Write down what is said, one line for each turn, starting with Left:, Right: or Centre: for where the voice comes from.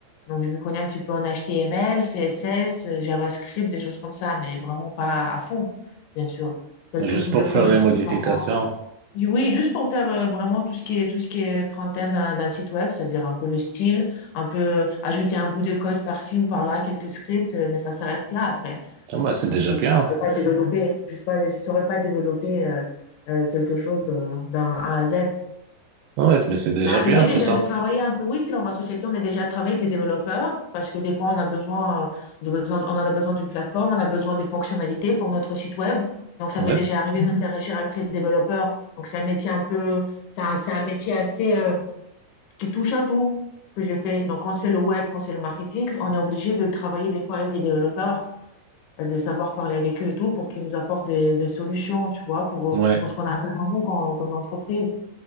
Left: Donc, je me connais un petit peu en HTML, CSS, euh, JavaScript, des choses comme ça, mais vraiment pas à fond, bien sûr. Quelques
Right: Juste
Left: bouts
Right: pour
Left: de code.
Right: faire les modifications.
Left: par- Oui, juste pour faire euh, vraiment tout ce qui est, tout ce qui est front-end d'un d'un site web, c'est-à-dire un peu le style, un peu ajouter un bout de code par-ci ou par-là, quelques scripts, euh, mais ça s'arrête là après.
Right: Ah, bah, c'est déjà
Left: Après,
Right: bien.
Left: je ne saurais pas développer, je ne pas, saurais pas développer euh, euh, quelque chose de- d'un A à Z.
Right: Ah Ouais, mais c'est
Left: Il
Right: déjà
Left: m'est arrivé
Right: bien
Left: déjà
Right: tout ça.
Left: de travailler un peu, oui, dans ma société, on est déjà travaillé avec des développeurs parce que des fois, on a besoin, de besoin- on en a besoin d'une plateforme, on a besoin des fonctionnalités pour notre site web. Donc, ça
Right: Ouais.
Left: m'est déjà arrivé d'interagir avec les développeurs. Donc, c'est un métier un peu, c'est un, c'est un métier assez, euh, qui touche à tout que je fais. Donc, quand c'est le web, quand c'est le marketing, on est obligé de travailler des fois avec des développeurs, euh, de savoir parler avec eux et tout pour qu'ils nous apportent des, des solutions, tu vois, pour, euh,
Right: Ouais.
Left: pour ce qu'on a besoin, nous, quand- comme entreprise.